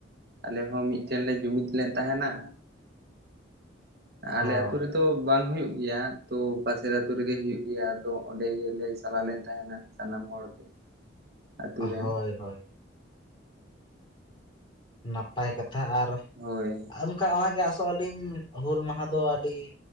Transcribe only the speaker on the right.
ᱟᱞᱮ ᱦᱚᱸ ᱢᱤᱫᱴᱮᱱ ᱞᱮ ᱡᱩᱢᱤᱫ ᱞᱮᱱ ᱛᱟᱦᱮᱱᱟ᱾ ᱟᱞᱮ
ᱟᱹᱛᱩ ᱨᱮ ᱛᱚ ᱵᱟᱝ ᱦᱳᱭᱳ ᱜᱮᱭᱟ ᱛᱚ ᱯᱟᱥᱮᱨ ᱟᱛᱳ ᱨᱮᱜᱮ ᱦᱳᱭᱳ ᱜᱮᱭᱟ ᱟᱫᱚ ᱚᱸᱰᱮ ᱜᱮᱞᱮ ᱪᱟᱞᱟᱣ ᱞᱮᱱ ᱛᱟᱦᱮᱱᱟ᱾ ᱥᱟᱱᱟᱢ ᱦᱚᱲ ᱜᱮ᱾ ᱟᱛᱳ
ᱨᱮᱱ
ᱦᱳᱭ